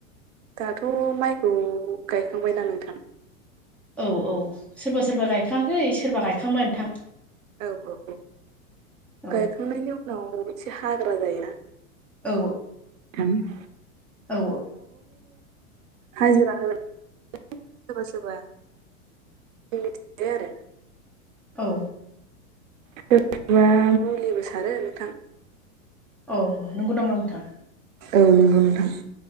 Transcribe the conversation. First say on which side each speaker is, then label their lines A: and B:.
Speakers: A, on the right (about 65°); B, in the centre.
A: दाथ' माइखौ गायखांबायना नोंथां?
B: औ औ सोरबा सोरबा गायखाङाखै सोरबा गायखांबाय नोंथां।
A: औ औ औ
B: औ
A: गायखांनायनि उनाव एसे हाग्रा जायो ना?
B: औ
A: <unintelligible>
B: औ
A: हाजिरा होगोन <unintelligible> सोरबा सोरब <unintelligible>
B: औ
A: सोरबा मुलिबो सारो नोंथां
B: औ नंगौ नामा नोंथां
A: औ नंगौ नोंथां